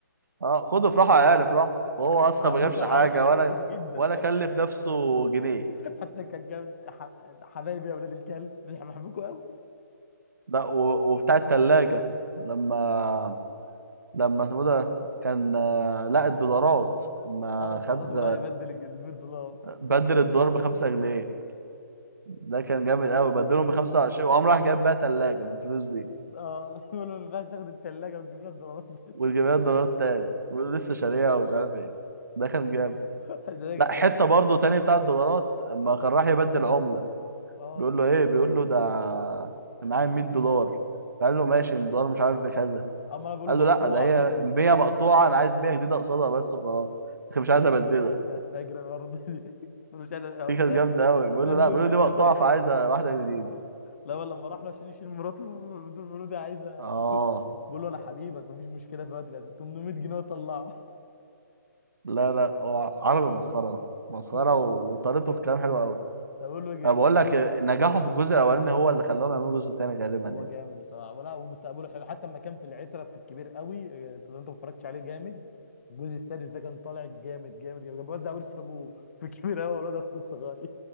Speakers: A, on the right; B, on the left.
A: آه خدوا افرحوا يا عيال افرحوا وهو
B: راح
A: أصلا
B: عمكم
A: ما جابش
B: عربي
A: حاجة
B: بيحبوكوا
A: ولا
B: جدا
A: ولا كلف نفسه جنيه
B: حتى كان جامد ح- حبايبي يا ولاد الكلب بيحبوكوا قوي
A: لا و- وبتاع التلاجة لما لما اسمه ده كان آه، لا الدولارات ما
B: اه الدولارات
A: خد
B: مرة يبدل الج- ال 100 دولار
A: بدل الدولار بخمسة جنيه ده كان جامد قوي بدلهم بخمسة وعشرين وقام راح جايب بقى تلاجة بالفلوس دي
B: اه <laughs> بيقول له ما ينفعش تاخد الثلاجه وتجيب لها الدولارات ده
A: وجايب لها الدولارات تاني ولسه شاريها ومش عارف ايه ده كان جامد
B: <laughs> ده كانت
A: لا حتة
B: جامده
A: برضه تاني بتاع الدولارات اما كان راح يبدل عملة
B: اه
A: بيقول له ايه بيقول له ده أنا معايا 100 دولار قال له ماشي الدولار مش عارف بكذا
B: اما انا بقول
A: قال
B: له مقطوع
A: له لا ده هي 100 مقطوعة انا عايز 100 جديدة قصادها بس وخلاص
B: <laughs>
A: مش
B: دي
A: عايز
B: كانت
A: ابدلها
B: كانت فاجره برضه دي <laughs> بقول له مش انا يا
A: دي
B: استاذ
A: كانت جامدة أوي بيقول
B: استاذ
A: له لا
B: مش
A: بيقول له دي مقطوعة
B: يا دكتور
A: فعايزة واحدة جديدة
B: لا والله لما راح له عشان يشيل مراته <laughs> بدون بيقول له دي عايزه
A: اه
B: ت- بقول له انا حبيبك مفيش مشكله في وقت لازم 800 جنيه وطلعه
A: لا لا هو عربي مسخرة مسخرة
B: <laughs>
A: و- وطريقته في الكلام حلوة أوي
B: طب بقول له
A: أنا بقول
B: جاب
A: لك آه، نجاحه في الجزء الأولاني هو اللي خلاهم يعملوا الجزء التاني غالبا
B: هو
A: يعني
B: جامد بصراحه ولا ومستقبله حلو حتى لما كان في العتره في الكبير قوي آه، انت انت ما اتفرجتش عليه جامد الجزء السادس ده كان طالع جامد جامد جامد كان بيوزع ورث ابوه في الكبير قوي والواد اخو الصغير